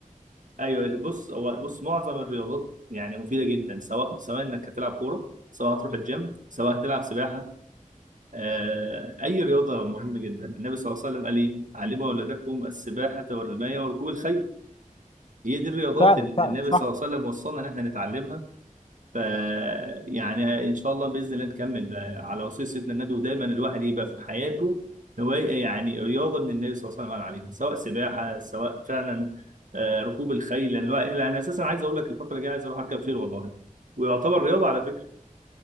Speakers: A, on the right; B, on the left.
A: ايوه بص هو بص معظم الرياضات يعني مفيده جدا سواء سواء انك هتلعب كوره سواء هتروح الجيم سواء هتلعب سباحه آه اي رياضه مهمه جدا النبي صلى الله عليه وسلم قال ايه علموا اولادكم السباحه والرمايه وركوب الخيل هي دي الرياضات
B: فعلا
A: اللي
B: فعلا
A: النبي
B: صح
A: صلى الله عليه وسلم وصلنا ان احنا نتعلمها ف يعني ان شاء الله باذن الله نكمل بقى على وصيه سيدنا النبي ودايما الواحد يبقى في حياته هوايه يعني رياضه من النبي صلى الله عليه وسلم عليها سواء سباحه سواء فعلا آه، ركوب الخيل لأن الواحد- انا اساسا عايز اقول لك الفتره الجايه عايز اروح اركب خيل والله ويعتبر رياضه على فكره